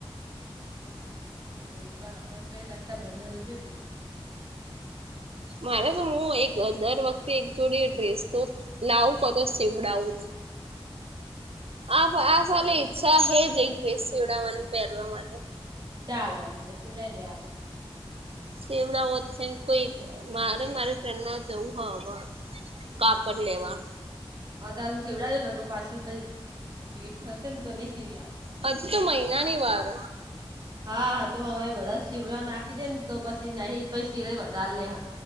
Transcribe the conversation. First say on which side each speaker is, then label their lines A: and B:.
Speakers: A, on the right (about 45°); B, on the right (about 80°).
A: એવું કરા એમ રક્ષાબંધન કે ઉજવીએ.
B: મારે તો હું એક દર વખતે એક જોડી ડ્રેસ. લાવું, મગરસીવડાવું. આ આ સાલે ઈચ્છા હે જ ન ઈ સીવડાવવાની, પહેરવા માટે.
A: ચાલો, આમ તો શીવડાઈ દેવાનો.
B: શીવડાવો જ છે, કોઈ મારે મારી ફ્રેન્ડ ના જવું હ હવે. કાપડ લેવા.
A: હ, અત્યારેથી સીવડજો. ન કરે પાછો, પછી ભીડ થશે ને તો નહીં સીવી આપે.
B: હજુ તો મહિનાની વાર.
A: હા, હા, તો હવે બધા સીવડાવવા નાખી દે ને. તો પછી નહીં, પછી સિલાઈ વધારે લે.